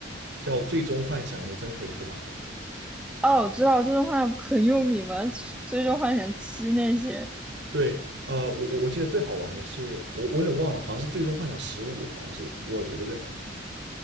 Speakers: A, on the right; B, in the centre.
A: 叫《最终幻想》，你真可以去玩一下。
B: 哦，我知道《最终幻想》很有名嘛，《最终幻想七》那些
A: 对，呃，我我我记得最好玩的是，我我有点忘了，好像是《最终幻想十五》，好像是我觉得最好玩。